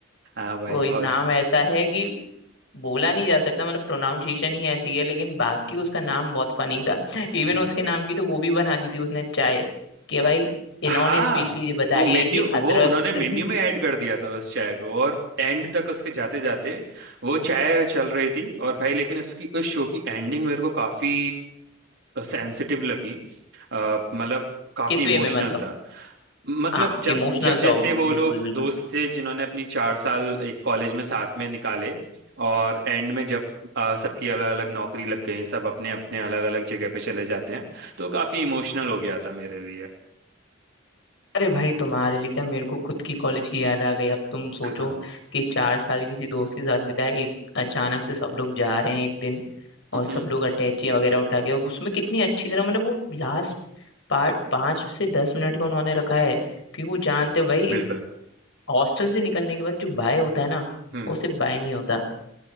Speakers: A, on the right; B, on the left.
A: हाँ भाई
B: वही
A: और
B: नाम ऐसा है कि बोला नहीं जा सकता मतलब प्रोनाउंसिएशन ही ऐसी है लेकिन बाकी उसका नाम बहुत फनी था इवन
A: बिल्कुल
B: उसके नाम की तो वो भी बना दी थी उसने चाय कि भाई
A: हाँ
B: इन्होंने स्पेशली ये बताई
A: वो मेन्यू
B: है कि
A: वो
B: अदरक
A: उन्होंने
B: <laughs>
A: मेन्यू में ऐड कर दिया था उस चाय को और एंड तक उसके जाते जाते वो चाय चल रही थी और भाई लेकिन उसकी उस शो की एंडिंग मेरे को काफी सेंसिटिव लगी अ, मतलब काफी
B: किस
A: इमोशनल
B: वे में मतलब
A: था मतलब
B: हाँ
A: जब
B: इमोशनल
A: जब जैसे
B: तो हो,
A: वो
B: बिल्कुल
A: लोग
B: बिल्कुल
A: दोस्त थे जिन्होंने अपनी चार साल एक कॉलेज में साथ में निकाले और एंड में जब अ, सबकी अलग अलग नौकरी लग गई सब अपने अपने अलग अलग जगह पे चले जाते हैं तो काफी इमोशनल हो गया था मेरे लिए
B: अरे भाई तुम्हारे लिए क्या मेरे को खुद की कॉलेज की याद आ गई अब तुम सोचो
A: हाँ
B: कि चार साल किसी दोस्त के साथ बिताए एक अचानक से सब लोग जा रहे हैं एक दिन और
A: हम्म
B: सब लोग अटैची वगैरह उठा के और उसमें कितनी अच्छी तरह मतलब वो लास्ट पार्ट पाँच से दस मिनट का उन्होंने रखा है क्योंकि वो जानते हैं भाई
A: बिल्कुल
B: एक हॉस्टल से निकलने के बाद जो बाय होता है ना
A: हम्म
B: वो सिर्फ बाय नहीं होता